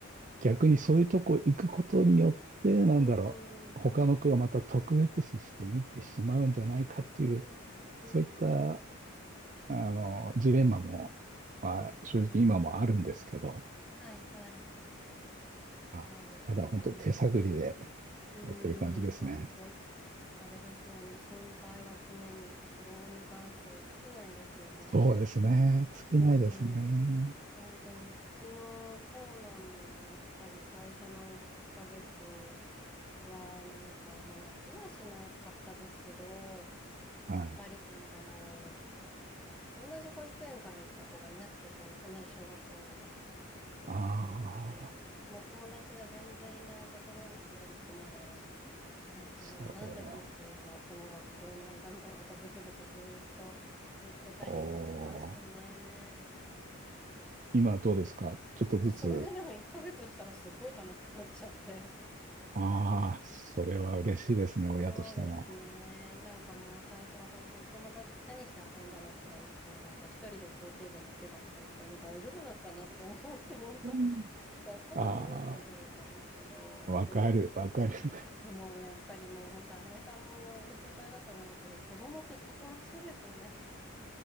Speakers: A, on the right; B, in the centre.
A: 逆にそういうとこ行くことによって、なんだろう、
B: うーん。
A: 他の子がまた特別視して見てしまうんじゃないかっていう、
B: うーん、
A: そういった、あの、ジレンマも、まあ、
B: うん、
A: 正直今もあるんですけど、
B: うん。はいはい。
A: まあまだ本当手探りで
B: そうですね。もう、うーん、
A: やってる感じですね。
B: 本当、あれですよね。心配は常に、子供に関しては尽きないですよね。
A: そうですね。尽きないですね。
B: うーん、本当に。うちの長男も、やっぱり最初の1ヶ月は、なんか、まあ、泣きはしなかったですけど、
A: はい。
B: やっぱりなんかもう、同じ保育園から行った子がいなくて、小同じ小学校に。
A: ああ、
B: なんかなので、もう友達が全然いないところに放り込まれ、なんかもうなんで僕はこの学校なんだみたいなことをブツブツずーっと言ってたりはしましたね。
A: それは。おー今はどうですかちょっとずつ。
B: あ、それがでも1ヶ月したらすっごい楽しくなっちゃって。<laughs>
A: ああ、それは嬉しいですね、親としても。
B: そうですね。なんかもう最初は本当お友達何して遊んだのとか言ってもなんか一人で校庭で寝てたとか言ったんで大丈夫なのかなとか思って本当
A: うん
B: 学校まで見に行きたいぐらいだったんですけど、
A: ああ、わかる、
B: でも
A: わかる。<laughs>
B: でもやっぱりもう本当新井さんもご心配だと思うけど子供ってたくましいですよね。